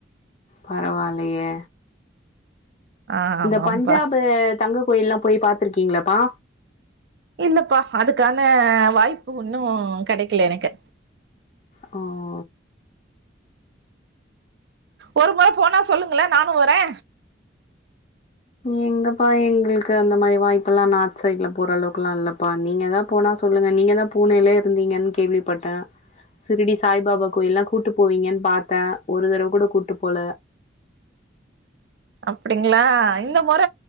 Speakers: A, on the left; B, on the right.
A: பரவால்லயே
B: ஆ ஆமாம்ப்பா
A: இந்த பஞ்சாப்பு தங்க கோயில் எல்லா போய் பாத்திருக்கீங்களப்பா
B: இல்லப்பா அதுக்கான வாய்ப்பு வுன்னு கெடைக்கல எனக்கு
A: அ
B: ஒரு முற போனா சொல்லுங்களே நானு வரே
A: எங்கப்பா எங்களுக்கு அந்த மாரி வாய்ப்பெல்லா நார்த் சைட்ல போற அளவுக்கெல்லா இல்லப்பா நீங்கதா போனா சொல்லுங்க நீங்க தா பூனேலே இருந்தீங்கன் கேள்விப்பட்டே சிருடி சாய்பாபா கோயில்லா கூட்டு போவீங்கன் பாத்தே ஒரு தடவ கூட கூட்டு போல
B: அப்டிங்களா இந்த முற